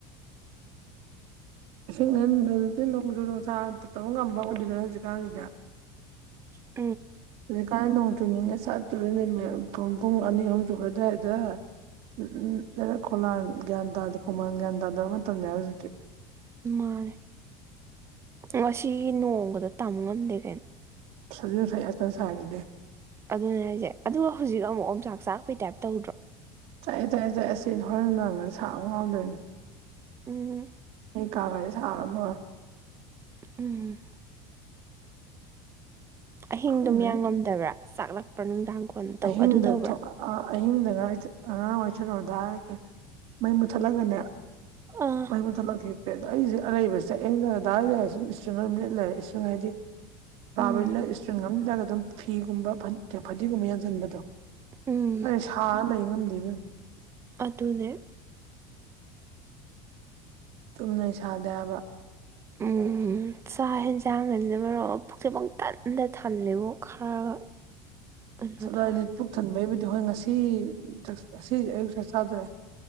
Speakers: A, on the right (about 60°); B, on the right (about 25°).
A: <unintelligible>
B: ꯎ
A: ꯍꯧꯖꯤꯛꯀꯥꯟ ꯅꯣꯡ ꯆꯨꯅꯤꯡꯉꯦ ꯆꯠꯇ ꯅꯨ ꯄꯨꯡ ꯑꯅꯤ ꯑꯍꯨꯝ ꯆꯨꯕ ꯑꯗꯨꯋꯥꯏꯗ ꯎ ꯎꯝ ꯈꯣꯡꯂꯥꯟ ꯒ꯭ꯌꯥꯟ ꯇꯥꯗꯦ ꯈꯣꯡꯃꯥꯟ ꯒ꯭ꯌꯥꯟ ꯇꯥꯗꯕ ꯃꯇꯝꯅꯦ ꯍꯧꯖꯤꯛꯇꯤ
B: ꯃꯥꯅꯦ ꯉꯁꯤ ꯅꯣꯡꯃꯗ ꯇꯝꯕ ꯉꯝꯗꯦ ꯀꯩꯅꯣ
A: ꯁ ꯁ ꯁꯥꯖꯗꯦ
B: ꯑꯗꯨꯅꯦ ꯍꯥꯏꯁꯦ ꯑꯗꯨꯒ ꯍꯧꯖꯤꯛ ꯑꯃꯨꯛ ꯑꯣꯆꯥꯛ ꯆꯥꯛꯄꯩ ꯇꯥꯏꯞ ꯇꯧꯗ꯭ꯔꯣ
A: ꯆꯥꯛꯑꯦ ꯆꯥꯛꯑꯦ ꯆꯥꯏ ꯑꯁꯤ ꯍꯣꯔꯦꯟꯗꯒ ꯁꯕ ꯉꯥꯎꯗꯣꯏꯅꯦ
B: ꯎꯝ
A: ꯑꯩ ꯀꯥꯒꯖ ꯑꯔꯝꯕ ꯑꯃꯅꯤ
B: ꯎꯝ ꯑꯍꯤꯡꯗꯨꯝ
A: ꯈꯪꯗꯦ
B: ꯌꯥꯉꯝꯗꯕ꯭ꯔꯥ ꯆꯥꯛꯂꯛꯄ꯭ꯔꯥ ꯅꯨꯡꯗꯥꯡ ꯀꯣꯟ ꯇꯧ
A: ꯑꯍꯤꯡꯗ
B: ꯑꯗꯨ ꯇꯧꯕ꯭ꯔꯥ
A: ꯑꯍꯤꯡꯗ ꯉ ꯑꯉꯥꯡ ꯗ ꯍꯥꯏꯦ ꯃꯩ ꯃꯨꯠꯊꯠꯂꯒꯅꯦ
B: ꯑꯥ
A: ꯃꯩ ꯃꯨꯠꯊꯠꯂꯛꯒꯦ ꯑꯗꯣ ꯑꯩꯁꯦ ꯑꯔꯩꯕꯁꯤꯁꯦ ꯑ ꯗꯥꯋꯥꯏ ꯂꯩꯔꯦ ꯁꯨꯝ ꯏꯁꯇ꯭ꯔꯤ ꯂꯤꯠ ꯂꯩꯔꯦ ꯏꯁꯇ꯭ꯔꯤꯡ ꯍꯥꯏꯗꯤ
B: ꯎꯝ
A: ꯥꯕꯂꯒ ꯏꯁꯇ꯭ꯔꯤꯡ ꯑꯃ ꯏꯜꯂꯒ ꯑꯗꯨꯝ ꯐꯤꯒꯨꯝꯕ ꯐ ꯐꯗꯤꯒꯨꯝꯕ ꯌꯥꯡꯁꯤꯟꯕꯗ
B: ꯎꯝ
A: ꯑ ꯁꯥꯔ ꯂꯩ ꯉꯝꯗꯦꯕ
B: ꯑꯗꯨ ꯑꯗꯨꯅꯦ
A: ꯆꯨꯝꯅ ꯁꯥꯗꯕ
B: ꯑ ꯆꯥꯛ ꯌꯦꯟꯖꯥꯡ ꯉꯁ ꯃꯔꯣ ꯄꯨꯛꯁꯦ ꯄꯪ ꯇꯟꯗ ꯊꯜꯂꯦꯕꯨ ꯈꯔꯒ ꯀꯩꯅꯣ
A: ꯁꯅꯤꯠ
B: ꯇꯧꯔꯦ
A: ꯄꯨꯛ ꯊꯟꯕꯩꯕꯨꯗꯤ ꯍꯣꯏ ꯉꯁꯤ ꯑꯁꯤꯁꯦ ꯑꯌꯨꯛ ꯆꯠ ꯆꯥꯗ꯭ꯔꯦ